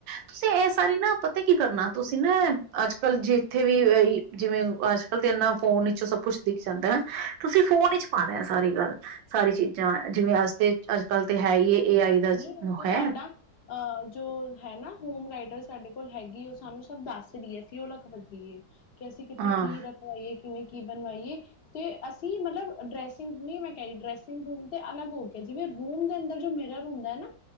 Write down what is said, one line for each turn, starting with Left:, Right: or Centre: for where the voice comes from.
Right: ਤੁਸੀਂ ਇਹ ਸਾਰੀ ਨਾ ਪਤਾ ਕੀ ਕਰਨਾ ਤੁਸੀਂ ਨਾ, ਅੱਜ- ਕੱਲ ਜਿੱਥੇ ਵੀ ਜਿਵੇਂ ਅੱਜ ਕਲ ਤੇ ਇੰਨਾ ਫੋਨ ਵਿਚੋਂ ਸਭ ਕੁੱਛ ਦਿਖ ਜਾਂਦਾ। ਤੁਸੀਂ ਫੋਨ ਵਿਚ ਪਾਨੈ ਆ ਸਾਰੀ ਗੱਲ, ਸਾਰੀ ਚੀਜ਼ਾਂ ਜਿਵੇਂ ਅੱਜ ਤੇ ਅੱਜ ਕੱਲ ਤੇ ਹੈ ਹੀ ਏ। ਆਈ ਦਾ ਜ-
Left: ਨਈ ਓ ਤਾਂ ਸਾਡਾ,
Right: ਹੈ
Left: ਅ ਜੋ ਹੈਨਾ ਹੋਮ ਗਾਈਡਸ ਸਾਡੇ ਕੋਲ ਹੈਗੀ ਏ, ਓ ਸਾਨੂੰ ਸਭ ਦੱਸਦੀ ਐ <unintelligible> ਕਿ ਅਸੀਂ, ਕਿੱਥੇ
Right: ਹਾਂ,
Left: ਕੀ ਰਖਵਾਈਏ? ਕਿਵੇਂ ਕੀ ਬਣਵਾਈਏ, ਤੇ ਅਸੀਂ ਮਤਲਬ ਡਰੈਸਿੰਗ ਨੀ ਮੈਂ ਕਹਿ ਰੀ, ਡਰੈਸਿੰਗ ਰੂਮ ਤੇ ਅਲੱਗ ਹੋ ਗਿਆ ਜਿਵੇਂ, ਰੂਮ ਦੇ ਅੰਦਰ ਜੋ ਮੀਰਰ ਹੁੰਦਾ ਨਾ